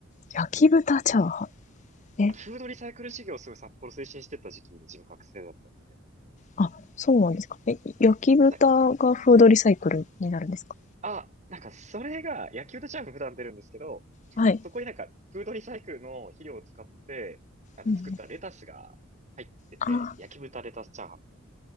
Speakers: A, on the left; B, on the right.
A: 焼き豚チャーハン。え、
B: あのフードリサイクル事業をすごい札幌推進してた時期に自分学生だったんで。
A: あ、そうなんですか。え、焼き豚がフードリサイクルになるんですか
B: なあ、なんかそれが野球とチャーム普段出るんですけど、
A: はい。
B: そこになんかフードリサイクルの肥料を使って、あの、
A: うん、
B: 作ったレタスが入ってて、
A: あ、
B: 焼き豚レタスチャーハン。い